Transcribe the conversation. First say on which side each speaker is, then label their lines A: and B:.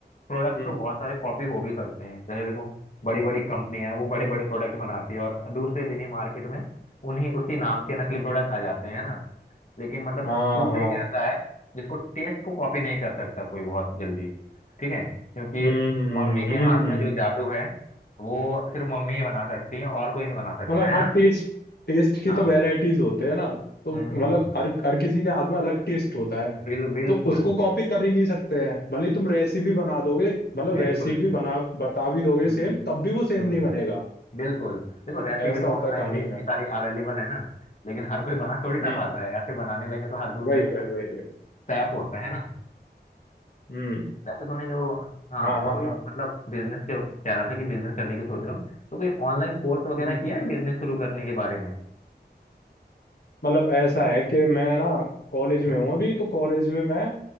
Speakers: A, on the left; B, on the left.
A: प्रोडक्ट
B: हम्म
A: तो बहुत सारे कॉपी हो भी सकते हैं जैसे देखो बड़ी बड़ी कंपनियां हैं, वो बड़े बड़े प्रोडक्ट बनाती है और दूसरे दिन ही मार्केट में उन्हीं उसी नाम के नकली
B: हम्म
A: प्रोडक्ट आ जाते हैं है ना लेकिन मतलब
B: हाँ
A: फूड
B: हाँ
A: एक ऐसा है जिसको टेस्ट को कॉपी नहीं कर सकता कोई बहुत जल्दी ठीक है क्योंकि
B: हम्म हम्म
A: मम्मी के हाथ
B: हम्म।
A: में जो जादू है वो सिर्फ मम्मी ही बना सकती है और कोई नहीं बना सकता
B: मतलब
A: है
B: हाँ
A: ना
B: टेस्ट टेस्ट की
A: हाँ
B: तो वैरायटीज होते हैं ना तो
A: हम्म
B: मतलब
A: हम्म
B: हर हर किसी के हाथ में अलग टेस्ट होता है
A: बिल बिल्कुल
B: तो उसको कॉपी कर ही नहीं सकते हैं भले ही तुम रेसिपी बना दोगे मतलब
A: बिल्कुल
B: रेसिपी बना बता भी दोगे
A: हम्म
B: सेम तब भी वो सेम
A: हम्म
B: नहीं बनेगा
A: बिल्कुल देखो रेसिपी
B: ऐसा
A: तो
B: होता
A: ऑनलाइन
B: है कहानी
A: भी इतनी
B: में
A: सारी अवेलेबल है ना लेकिन हर कोई बना थोड़ी
B: हम्म
A: ना पाता है ऐसे बनाने लगे तो हर दूसरा
B: वही
A: इंसान
B: वही वही वही
A: सैफ होता है ना
B: हम्म
A: वैसे तूने जो हाँ
B: हाँ हाँ
A: कोई
B: हाँ
A: मतलब बिजनेस के कह रहा था कि बिजनेस करने की सोच रहा हूँ तो कोई ऑनलाइन कोर्स वगैरह
B: हम्म
A: किया है बिजनेस शुरू करने के बारे में
B: मतलब ऐसा है कि मैं ना कॉलेज में
A: हम्म
B: हूँ अभी तो कॉलेज में मैं